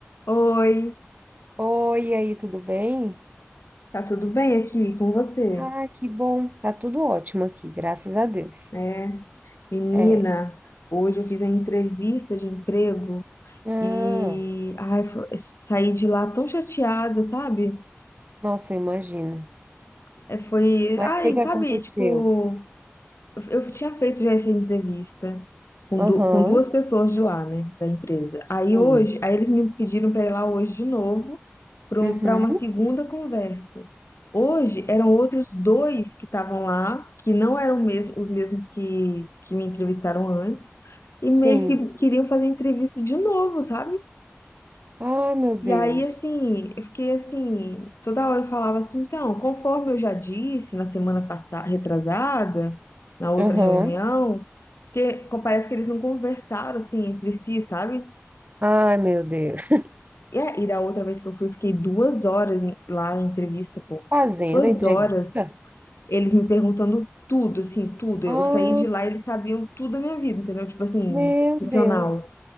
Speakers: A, on the left; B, on the right.
A: Oi,
B: Oi, e aí, tudo bem?
A: tá tudo bem aqui com você?
B: Ah, que bom. Tá tudo ótimo aqui, graças a Deus.
A: É, menina,
B: É.
A: hoje eu fiz a entrevista de emprego
B: Ah,
A: e ai, fo- saí de lá tão chateada, sabe?
B: nossa, eu imagino.
A: É, foi,
B: Mas
A: ai,
B: o que que
A: sabe,
B: aconteceu?
A: tipo, Eu eu tinha feito já essa entrevista com,
B: Aham,
A: du- com duas pessoas de lá, né, da empresa.
B: sim.
A: Aí hoje, aí eles me pediram para ir lá hoje de novo para
B: Uhum,
A: uma segunda conversa. Hoje eram outros dois que estavam lá, que não eram mes- os mesmos que, que me entrevistaram antes, e
B: sim.
A: meio que queriam fazer entrevista de novo, sabe?
B: Ai, meu Deus.
A: E aí, assim, eu fiquei assim, toda hora eu falava assim, então, conforme eu já disse na semana passada, retrasada, na outra
B: Aham.
A: reunião, porque co- parece que eles não conversaram assim entre si, sabe?
B: Ai, meu Deus. <laughs>
A: E, a- e da outra vez que eu fui, eu fiquei duas horas em- lá na entrevista, pô.
B: Fazendo
A: Duas
B: a entrevista?
A: horas, eles me perguntando tudo, assim, tudo.
B: Ah,
A: Eu saí de lá e eles sabiam tudo da minha vida, entendeu? Tipo assim,
B: meu
A: profissional.
B: Deus.